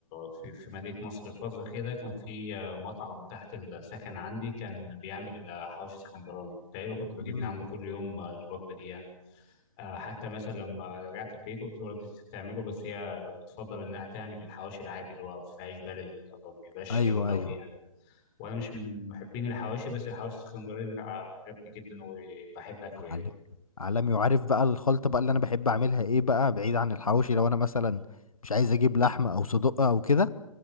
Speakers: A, on the left (about 25°); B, on the left (about 75°).
A: في في مدينه مصر الفتره كده كان في مطعم تحت السكن عندي كان بيعمل حواوشي اسكندراني تقريبا كنت بجيب
B: مم.
A: من عنده كل يوم الوجبه دي يعني آه، حتى مثلا لما رجعت البيت قلت له والدتي بتعمله بس هي بتفضل انها تعمل الحواوشي العادي اللي هو في عيش بلدي ما بيبقاش
B: ايوه
A: حلو قوي
B: ايوه
A: يعني وانا مش من محبين الحواشي بس الحواشي الاسكندراني لا عجبني جدا وبحب اكله
B: عالمي
A: يعني
B: عالمي وعارف بقى الخلطة بقى اللي أنا بحب أعملها إيه بقى بعيد عن الحواوشي لو أنا مثلا مش عايز أجيب لحمة أو صدق أو كده